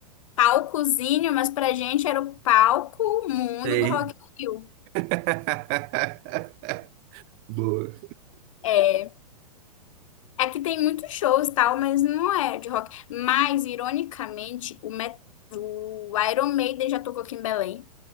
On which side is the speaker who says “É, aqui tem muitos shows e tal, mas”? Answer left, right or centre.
Left